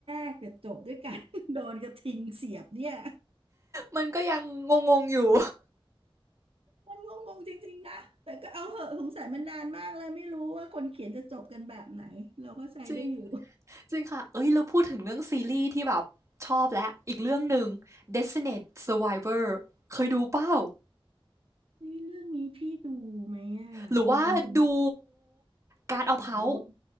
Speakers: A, on the right; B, on the right.
A: กแต่จบด้วยการ <laughs> โดนกระทิงเสียบเนี่ย
B: มันก็ยังงงๆอยู่
A: มันงงๆจริงๆนะแต่ก็เอาเหอะสงสัยมันนานมากแลวไม่รู้ว่าคนเขียนจะจบกันแบบไหนเราก็ใจได้อยู่
B: จริง จริงค่ะ เอ้ย เราพูดถึงเรื่องซีรีส์ที่แบบชอบแล้ว อีกเรื่องหนึ่ง Designated Survivor เคยดูเปล่า
A: <laughs> เฮ้ยเรื่องนี้พี่ดูไหมอ่ะคุณเป็นคนที่
B: หรือว่าดูการเอาเผา
A: ดูไหมเว้ย